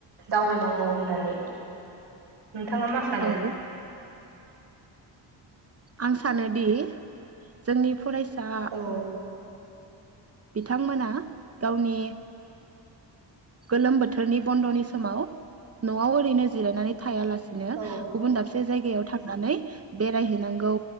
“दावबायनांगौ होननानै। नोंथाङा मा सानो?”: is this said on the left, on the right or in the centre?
Right